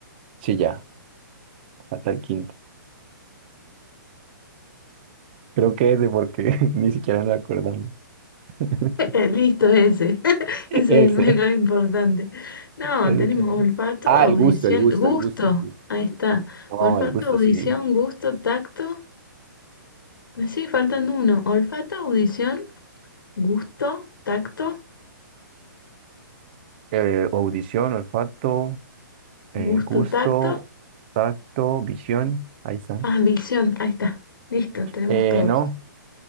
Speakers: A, on the right; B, on the left.
A: sí, ya, falta el quinto. Creo que ese porque <laughs> ni siquiera nos acordamos. <laughs>
B: <laughs> Listo, ese. <laughs> Ese
A: Ese,
B: es el menos importante. No,
A: ese
B: tenemos
A: que no.
B: olfato,
A: Ah,
B: audición,
A: el gusto, el gusto,
B: gusto.
A: el gusto, el gusto.
B: Ahí está.
A: No,
B: Olfato,
A: el gusto,
B: audición,
A: sí.
B: gusto, tacto. Eh, Sí, faltan uno. Olfato, audición, gusto, tacto,
A: Eh, audición, olfato, eh,
B: gusto,
A: gusto,
B: tacto.
A: tacto, visión. Ahí están.
B: Ah, visión. Ahí está. Listo, tenemos
A: Eh,
B: todos.
A: no,